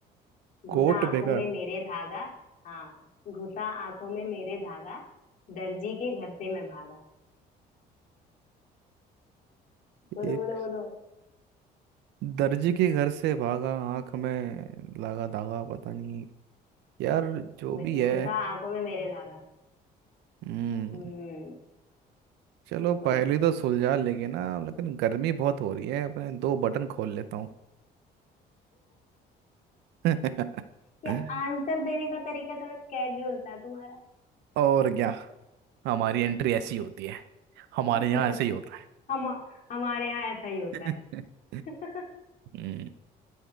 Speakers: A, on the left (about 50°); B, on the right (about 85°).
A: घुसा
B: कोट
A: आंखों
B: बेकार
A: में मेरे धागा हाँ घुसा आंखों में मेरे धागा दर्जी के घर से मैं भागा बोलो
B: एक
A: बोलो बोलो
B: दर्जी के घर से भागा आंख में लगा धागा पता नहीं यार जो
A: मैं-
B: भी है
A: घुसा आंखों में मेरे धागा
B: हम्म
A: हम्म
B: चलो
A: बोलो बोलो
B: पहली तो सुलझा लेंगे ना लेकिन गर्मी बहुत हो रही है अपने दो बटन खोल लेता हूँ <laughs>
A: ये आंसर देने का तरीका थोड़ा कैजुअल था तुम्हारा
B: और क्या हमारी एंट्री ऐसी होती है हमारे
A: <laughs>
B: यहाँ ऐसे ही होता है
A: हम हमारे यहाँ ऐसा ही होता
B: <laughs>
A: है <laughs>
B: हम्म